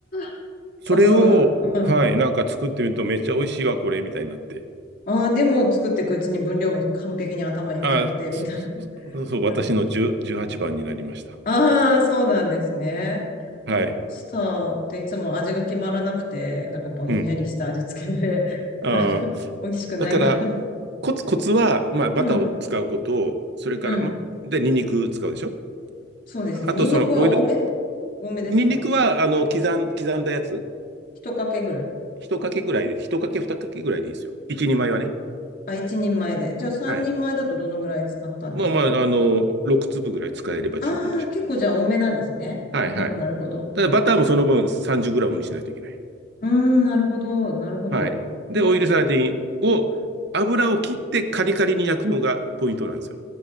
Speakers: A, on the left (about 45°); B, on the right (about 55°).
A: あ、さすが。
B: それを、
A: うん。
B: はい、なんか作ってみるとめっちゃ美味しいわ、これ、みたいになって。
A: ああ、でも作っていくうちに分量も完璧に頭に入ってみたい
B: あ、そ、そ、そう、私の10、
A: な。
B: 18番になりました。
A: ああ、そうなんですね。なんか、
B: はい。
A: パスタっていつも味が決まらなくて、なんかぼんやりした味付けで、
B: うん。
A: <laughs>
B: あー、
A: なんか美味しくないな。
B: だから、コツ、コツは、まあ、バターを使うこと、
A: うん、
B: それから、
A: うん。
B: まあ、で、ニンニク使うでしょ
A: そうですね。
B: あと、
A: ニンニクは多め
B: その、オイル、
A: 多めですか
B: ニンニクは、あの、刻ん、刻んだやつ、
A: 一かけぐらい。
B: 一かけぐらいで、一かけ、二かけぐらいでいいですよ。一二枚はね。
A: あ、一人前で。じゃあ三人前だとどのぐらい使ったんですか
B: はい。まあまあ、あの、6粒ぐらい使えれば十分でしょう
A: ああー、結構じゃあ多めなんですね。
B: はいはい。
A: なるほど、なるほど。
B: ただバターもその分3 0ムにしないといけない。
A: うーん、なるほど、なるほど。
B: はい。で、
A: うん
B: オイルサーディンを、油を切ってカリカリに焼くのがポイントなんですよ。